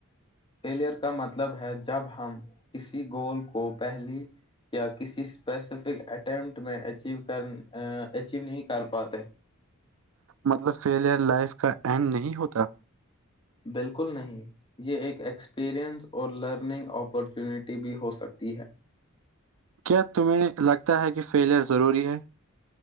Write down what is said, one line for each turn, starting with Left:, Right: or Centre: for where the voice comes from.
Left: فیلئر کا مطلب ہے جب ہم کسی گول کو پہلی یا کسی اسپیسیفک اٹیمپٹ میں اچیو کر اچیو نہیں کر پاتے
Right: مطلب فیلئر لائف کا اینڈ نہیں ہوتا
Left: بالکل نہیں یہ ایک ایکسپیرنس اور لرننگ اپارچونیٹی بھی ہو سکتی ہے
Right: کیا تمہیں لگتا ہے کہ فیلئر ضروری ہے